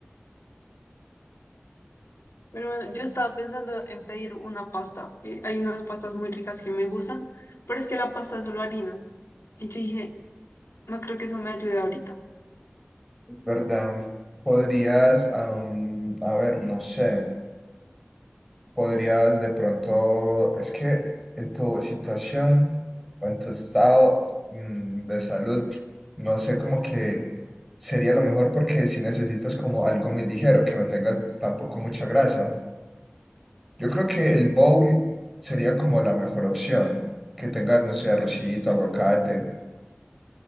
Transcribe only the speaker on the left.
Pero bueno, yo estaba pensando en pedir una pasta, que hay unas pastas muy ricas que me gustan, pero es que la pasta es solo harinas. Y yo dije, no creo que eso me ayude ahorita.